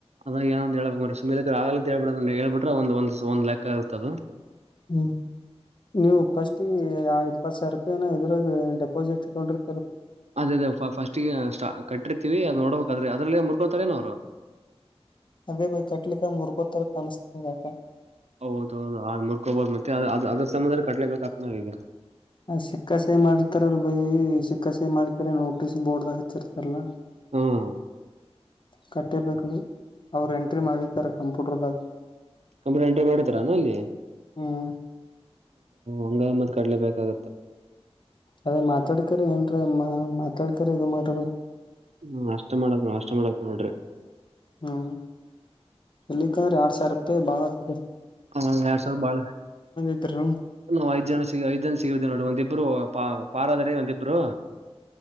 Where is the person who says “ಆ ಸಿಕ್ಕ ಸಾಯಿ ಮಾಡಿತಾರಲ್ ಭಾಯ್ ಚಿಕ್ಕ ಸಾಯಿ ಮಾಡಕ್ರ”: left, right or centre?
Left